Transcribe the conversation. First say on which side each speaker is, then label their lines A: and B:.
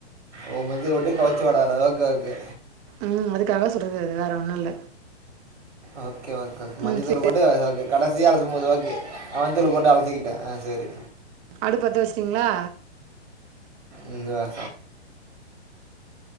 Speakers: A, on the right; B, on the right.
A: ஓ மஞ்ச போட்டு கவுச்சி வாடா வராது ஓகே ஓகே
B: ம் அதுக்காக சொல்றது அது வேற ஒண்ணு இல்ல
A: ஓகே ஓகே ஓகே மஞ்சதூள்
B: ம் சரி
A: போட்டு ஓகே கடைசிய அலசும் போது ஓகே அ மஞ்சதூள போட்டு அலசிக்கிட்டே ஆ செரி
B: அடுப் பத்த வச்சுட்டீங்களா
A: இந்தா